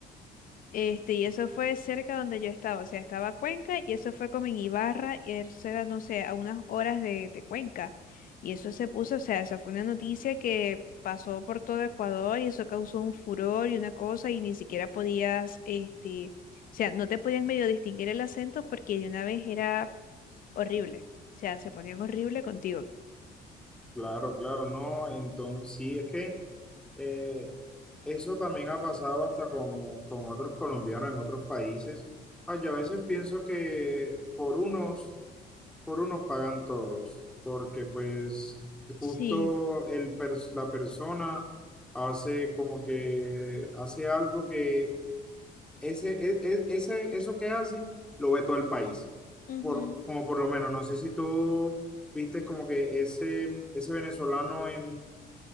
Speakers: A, on the left; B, in the centre.
A: Este, y eso fue cerca donde yo estaba, o sea, estaba Cuenca y eso fue como en Ibarra y eso era, no sé, a unas horas de, de Cuenca. Y eso se puso, o sea, eso fue una noticia que pasó por todo Ecuador y eso causó un furor y una cosa y ni siquiera podías, este, o sea, no te podían medio distinguir el acento porque de una vez era horrible, o sea, se ponían horrible contigo.
B: Claro, claro, no. Entonces, sí, es que eh, eso también ha pasado hasta con, con otros colombianos en otros países. Ah, yo a veces pienso que por unos Por unos pagan todos, porque pues justo
A: Sí,
B: el pers- la persona hace como que hace algo que ese, e- e- ese, eso que hace lo ve todo el país.
A: ujú,
B: Por, como por lo menos, no sé si tú viste como que ese, ese venezolano en